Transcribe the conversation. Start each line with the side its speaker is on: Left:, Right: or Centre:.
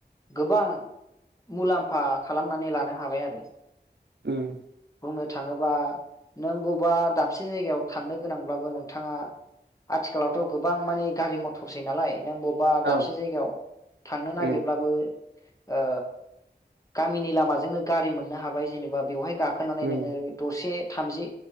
Left: गोबां मुलाम्फा खालामनानै लानो हाबाय आरो।
Right: उम।
Left: बुंनो थाङोबा नों बबा दाबसे जायगायाव थांनो गोनांब्लाबो नोंथाङा आथिखालावथ' गोबां माने गारि मटरसै नालाय। नों बबा
Right: औ
Left: दाबसे जायगायाव थांनो नागिरब्लाबो
Right: उम
Left: ओ गामिनि लामाजोंनो गारि मोननो हाबाय जेनेबा बेवहाय गा गाखोनानै
Right: उम
Left: नोङो दसे थामजि